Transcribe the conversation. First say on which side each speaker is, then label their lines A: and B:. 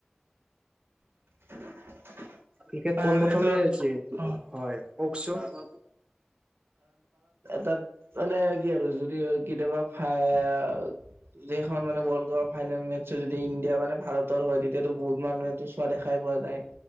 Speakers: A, on the right (about 75°); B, on the right (about 25°).
A: <inaudible>
B: ক্ৰিকেট পোন
A: আৰু
B: প্ৰথমে
A: এইটো
B: যিহেতু
A: অ'
B: হয় কওকচোন।
A: তাত মানে কি আৰু যদি কেতিয়াবা ফাই খন মানে ৱৰ্ল্ড কাপৰ ফাইনেল মেচছ যদি ইণ্ডিয়াানে ভাৰতৰ হয় তেতিয়াতো বহুত মানুহেতো চোৱা দেখাই পোৱা যায়।